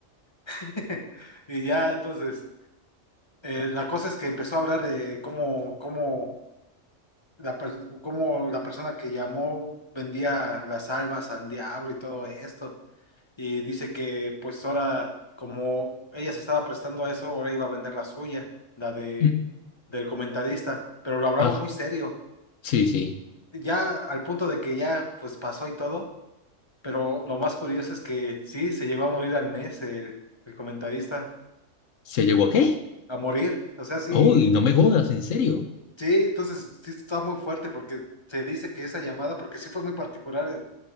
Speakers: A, on the left (about 25°); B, on the left (about 80°).
A: <laughs> Y ya, entonces, eh, la cosa es que empezó a hablar de cómo, cómo la per- cómo la persona que llamó vendía las almas al diablo y todo esto. Y dice que pues ahora, como ella se estaba prestando a eso, ahora iba a vender la suya, la de
B: Mm.
A: del comentarista, pero lo hablaba
B: Ah,
A: muy serio.
B: sí, sí.
A: Ya al punto de que ya pues pasó y todo, pero lo más curioso es que sí, se llegó a morir al mes el, el comentarista,
B: ¿Se llegó a qué?
A: a morir. O sea, sí,
B: Uy, no me jodas, en serio.
A: sí, entonces sí está muy fuerte porque se dice que esa llamada, porque sí fue muy particular eh,